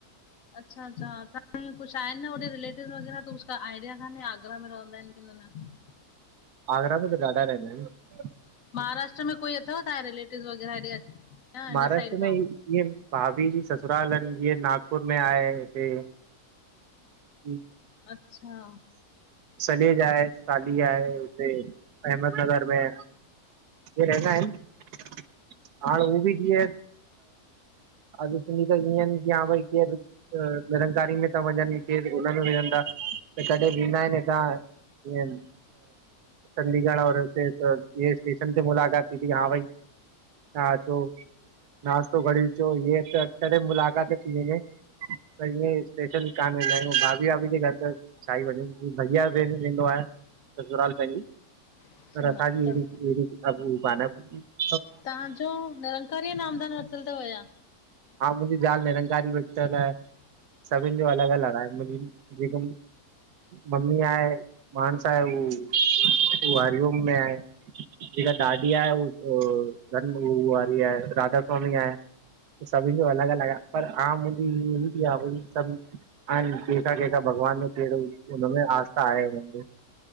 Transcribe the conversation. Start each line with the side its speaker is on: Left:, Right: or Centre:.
Left: अच्छा- अच्छा, असां कुछ आहिनि न रिलेटिवि व़गैरह त कुछु आइडिया कान्हे आगरा में रहंदा आहिनि कि क न <inaudible>
Right: आगरा में त ॾाढा रहंदा आहिनि।
Left: महाराष्ट्र में कोई अथव तांजा रिलेटिव वग़ैरह हेॾे न
Right: महाराष्ट्र
Left: हिन साइड खां?
Right: में इअं भाभी जी ससुराल आहिनि जीअं नागपुर में आहे हिते, हम <inaudible>
Left: अच्छा
Right: सलेज आहे साली आहे उते अहमदनगर में, इ रहंदा आहिनि, हाणे उ बि जीअं अॼ सुधी त ईअं भई के <unintelligible> निरंकारी में ता वञनि के हुन में वञन ता, त कॾहिं वेंदा आहिनि हितां ईअं चडीगढ़ वारो स्टेशन ईयं स्टेशन ते मुलक़ात थी, हा भई हा चो नाश्तो घड़ी चो त कहिड़ॾे मुलाक़ात थीी हिन में <unintelligible> पर ईयं स्पेशल कान वेंदायूं, भाभी भाभी जे घर त छा ही वञूं, भैय्या वेंदो आहे ससूराल पहंजे।
Left: अच्छा
Right: रसा जीहिड़ीहिड़ी
Left: त
Right: अ उ पाना <unintelligible>
Left: तवां जो निरंकारी नामदान वतल तव या?
Right: हा मुंहिंजी ज़ाल निरंकारी वरितलु आहे। सभिनि जो अलॻि अलॻि आहे, जेको मम्मी आहे, पाणस आहे हू, उ हरि ओम में आहे। जेका ॾाॾी आहे हू धन गुरु वारी आहे, राधा स्वामी आहे। सभिनि जो अलॻि अलॻि आ, पर हा मुंहिंजी बि आहे भई सभ। हा कंहिंका कंहिंका भॻवान में कहिड़ो हुनमें आस्था आहे हुन में,